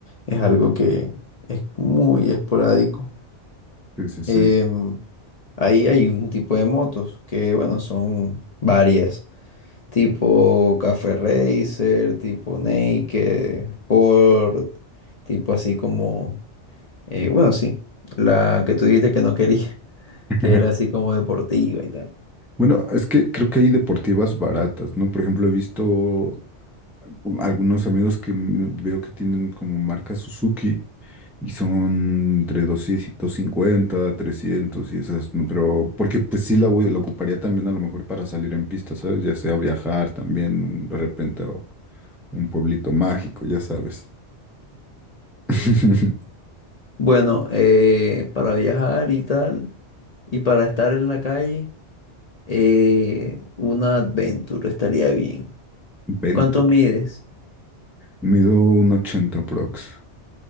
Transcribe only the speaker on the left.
es algo que es muy esporádico.
Em, Ahí hay un tipo de motos que, bueno, son varias tipo Café Racer, tipo Naked, Sport, tipo así como, eh, bueno, sí, la que tú dijiste que no quería, <laughs>
que era así como deportiva y tal.
Bueno, eh, para viajar y tal, y para estar en la calle, eh, una Adventure estaría bien.
¿Cuánto mides?